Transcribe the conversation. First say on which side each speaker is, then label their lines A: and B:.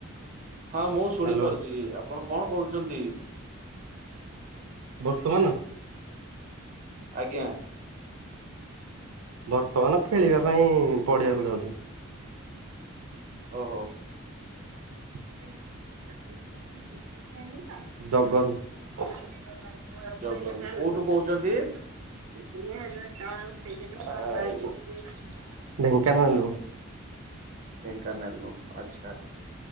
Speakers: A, on the right; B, on the right.
A: ହଁ ମୁଁ
B: ହ୍ୟାଲୋ
A: ଶୁଣିପାରୁଛି। ଆପ ଆପଣ କଣ କରୁଛନ୍ତି?
B: ବର୍ତ୍ତମାନ।
A: ଆଜ୍ଞା।
B: ବର୍ତ୍ତମାନ ଖେଳିବା ପାଇଁ ପଢିବାକୁ ଯାଉଛୁ।
A: ଓ ହୋ।
B: ଜଗନ। <inaudible> ହୋଇିଲ
A: ଜଗନ କୋଉଠୁ କହୁଛନ୍ତି
B: ଦଣ। <unintelligible> ଢେଙ୍କାନାଳରୁ।
A: ଢେଙ୍କାନାଲୋ ଆଛା